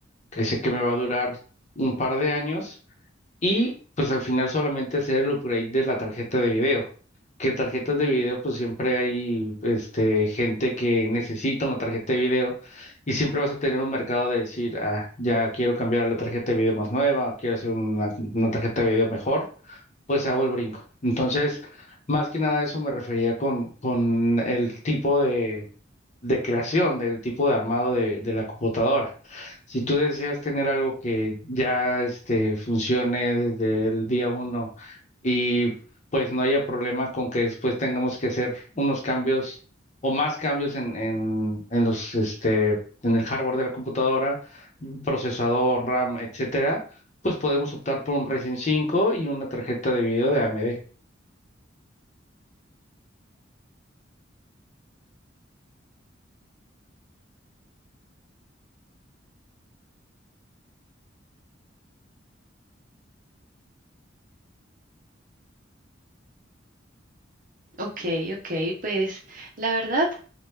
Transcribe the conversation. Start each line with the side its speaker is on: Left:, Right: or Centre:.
Left: que sé que me va a durar un par de años y pues al final solamente hacer el upgrade de la tarjeta de video. Que tarjetas de video, pues siempre hay este, gente que necesita una tarjeta de video y siempre vas a tener un mercado de decir, ah, ya quiero cambiar a la tarjeta de video más nueva, quiero hacer una, una tarjeta de video mejor pues hago el brinco. Entonces, más que nada a eso me refería con, con el tipo de, de creación, del tipo de armado de, de la computadora. Si tú deseas tener algo que ya este, funcione desde el día uno y pues no haya problema con que después tengamos que hacer unos cambios o más cambios en, en, en los, este, en el hardware de la computadora, procesador, RAM, etcétera pues podemos optar por un Ryzen cinco y una tarjeta de video de AMD.
Right: Ok, ok, pues la verdad